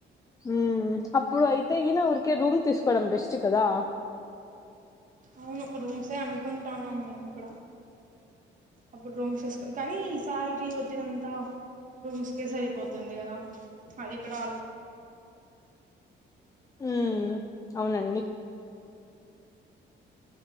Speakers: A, on the left (about 15°); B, on the right (about 40°).
A: ఉమ్ అప్పుడు అయితే గిన ఊరికే రూమ్ తీసుకోవడం బెస్ట్ కదా
B: అవును రూమ్సే అనుకుంటాన్నాం మేము కూడా అప్పుడు రూమ్స్ వేసుకు కానీ శాలరీ వచ్చేదంతా రూమ్స్కే సరిపోతుంది కదా అది కూడా ఆలోచ
A: ఉమ్ అవునండి